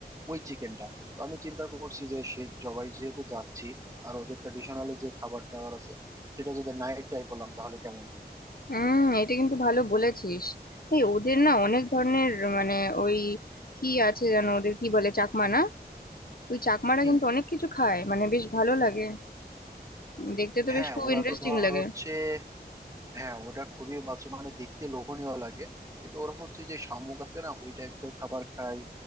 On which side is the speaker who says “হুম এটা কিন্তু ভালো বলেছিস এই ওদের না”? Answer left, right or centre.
Left